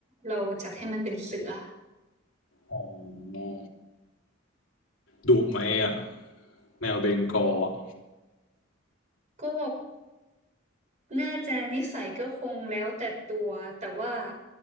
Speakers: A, on the right (about 40°); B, on the left (about 80°).
A: เราจัดให้มันเป็นเสือ
B: อ๋อดุไหมอ่ะแมวเบงกอลอะ
A: ก็ น่าจะนิสัยก็คงแล้วแต่ตัวแต่ว่า